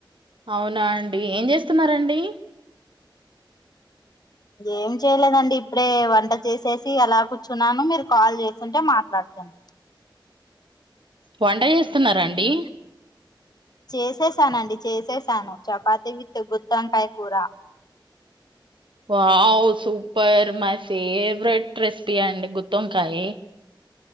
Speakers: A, on the right (about 75°); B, on the left (about 50°).
A: అవునా అండి ఏం చేస్తున్నారండి.
B: ఏం చేయలేదండి ఇప్పుడే వంట చేసేసి అలా కూర్. చున్నాను మీరు కాల్ చేస్. సుంటే మాట్లాడతను.
A: వంట చేస్తున్నారా అండి.
B: చేసేసానండి చేసేసాను చపాతి విత్ గుత్తి వంకాయ కూర.
A: Wow super my favourite recipe అండి గుత్తొంకాయీ.